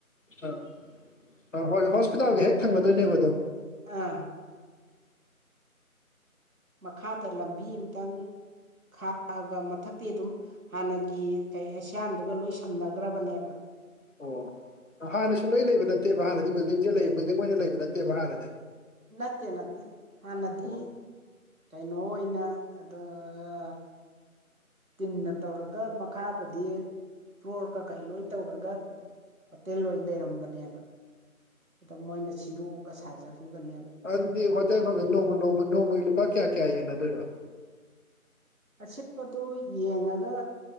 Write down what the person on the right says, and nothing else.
ꯑꯥ꯫ ꯃꯈꯥꯗ ꯂꯝꯕꯤ ꯑꯃꯇꯪ ꯈꯥꯛꯑꯒ ꯃꯊꯛꯇꯤ ꯑꯗꯨꯝ ꯍꯥꯟꯅꯒꯤ ꯀꯩ ꯑꯦꯁꯤꯌꯥꯟꯗꯨꯒ ꯂꯣꯏ ꯁꯝꯅꯈ꯭ꯔꯕꯅꯦꯕ꯫
ꯅꯠꯇꯦ-ꯅꯠꯇꯦ ꯍꯥꯟꯅꯗꯤ
ꯀꯩꯅꯣ ꯑꯣꯏꯅ ꯑꯗꫭ ꯑ ꯇꯤꯟꯅ ꯇꯧꯔꯒ ꯃꯈꯥꯕꯨꯗꯤ ꯐ꯭ꯂꯣꯔ ꯀꯀꯩ ꯂꯣꯏ ꯇꯧꯔꯒ ꯍꯣꯇꯦꯜ ꯑꯣꯏꯅ ꯂꯩꯔꯝꯕꯅꯦꯕ ꯑꯗ ꯃꯣꯏꯅ ꯁꯤꯗꯣꯛꯑꯒ ꯁꯥꯖꯈꯤꯕꯅꯦꯕ꯫
ꯑꯁꯤꯠꯄꯗꯨ ꯌꯦꯡꯉꯒ꯫